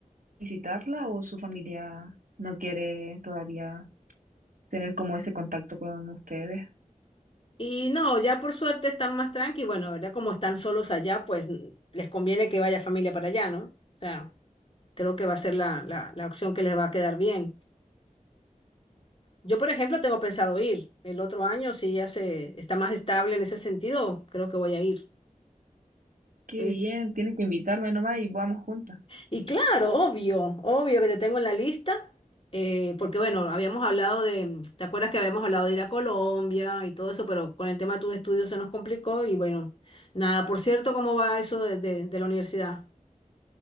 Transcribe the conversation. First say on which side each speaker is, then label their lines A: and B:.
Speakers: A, on the right; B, on the left.
A: visitarla o su familia no quiere todavía tener como ese contacto con ustedes?
B: Y no, ya por suerte están más tranqui. Bueno, ahora como están solos allá, pues les conviene que vaya familia para allá, ¿no? O sea, creo que va a ser la, la la opción que les va a quedar bien. Yo, por ejemplo, tengo pensado ir el otro año, si ya se está más estable en ese sentido, creo que voy a ir.
A: Qué
B: Eh,
A: bien, tienes que invitarme nomás y vamos juntas.
B: Y claro, obvio, obvio que te tengo en la lista, eh, porque bueno, habíamos hablado de, ¿te acuerdas que habíamos hablado de ir a Colombia y todo eso, pero con el tema de tus estudios se nos complicó y bueno, nada, por cierto, ¿cómo va eso de, de- de la universidad?